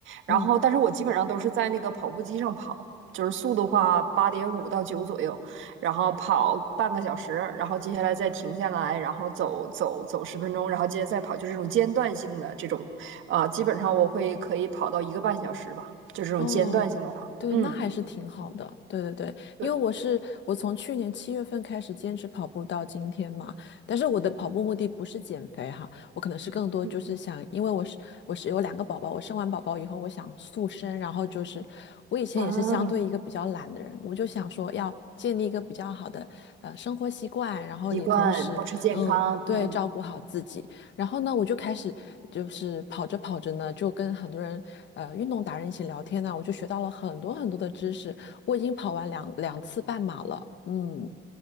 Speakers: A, on the left (about 65°); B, on the right (about 75°).
A: 嗯。
B: 然后但是我基本上都是在那个跑步机上跑，就是速度的话八点五到九左右，然后跑半个小时，然后接下来再停下来，然后走走走十分钟，然后接着再跑，就是这种间断性的这种，啊、基本上我会可以跑到一个半小时吧，就这种间断性的跑。
A: 哦，对，
B: 嗯，
A: 那还是挺好的。对对对，
B: 对，
A: 因为我是我从去年七月份开始坚持跑步到今天嘛，但是我的跑步目的不是减肥哈，我可能是更多就是想，
B: 嗯
A: 因为我是我是有两个宝宝，我生完宝宝以后我想塑身，然后就是我以前也是相对一个比较懒的人，
B: 啊，
A: 我就想说要建立一个比较好的呃生活习惯，然后也同时嗯对照顾好自己。
B: 习惯保持健康，嗯。
A: 然后呢，我就开始就是跑着跑着呢，就跟很多人，呃，运动达人一起聊天呢，我就学到了很多很多的知识。我已经跑完两两次半马了，嗯，